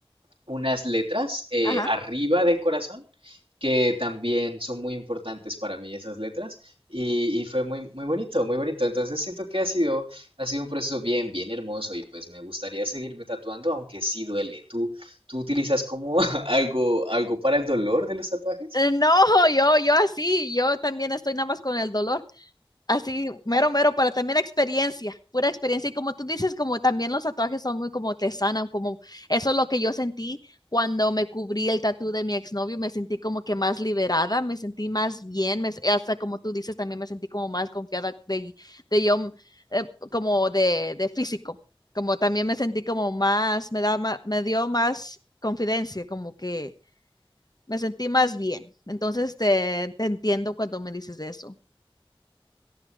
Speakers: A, on the right; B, on the left.
A: unas letras eh,
B: ajá.
A: arriba del corazón que también son muy importantes para mí esas letras y, y fue muy, muy bonito, muy bonito. Entonces siento que ha sido, ha sido un proceso bien, bien hermoso y pues me gustaría seguirme tatuando, aunque sí duele. ¿Tú, tú utilizas como <laughs> algo, algo para el dolor de los tatuajes?
B: Eh, No, yo, yo así, yo también estoy nada más con el dolor. Así, mero, mero, para también experiencia, pura experiencia. Y como tú dices, como también los tatuajes son muy como te sanan, como eso es lo que yo sentí cuando me cubrí el tatú de mi exnovio, me sentí como que más liberada, me sentí más bien, me- hasta como tú dices, también me sentí como más confiada de, de yo, mm, eh, como de, de físico, como también me sentí como más, me da, ma- me dio más confidencia, como que me sentí más bien. Entonces te, te entiendo cuando me dices de eso.